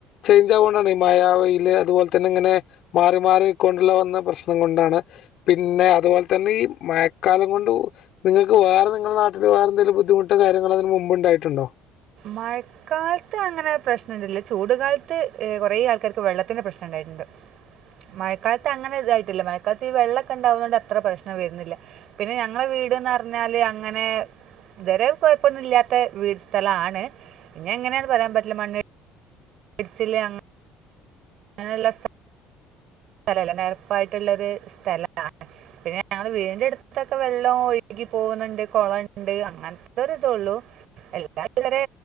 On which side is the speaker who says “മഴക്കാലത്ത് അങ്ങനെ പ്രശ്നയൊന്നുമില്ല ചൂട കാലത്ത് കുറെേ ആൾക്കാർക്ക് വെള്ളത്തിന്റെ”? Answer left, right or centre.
Right